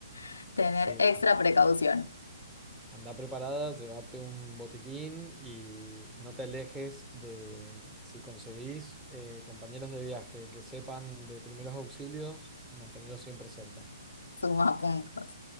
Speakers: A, on the left; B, in the centre.
A: <laughs> tener
B: Sí,
A: extra
B: an-
A: precaución.
B: anda preparada, llévate un botiquín y no te alejes de, si conseguís eh, compañeros de viaje que sepan de primeros auxilios, mantenerlos siempre cerca.
A: Suma puntos.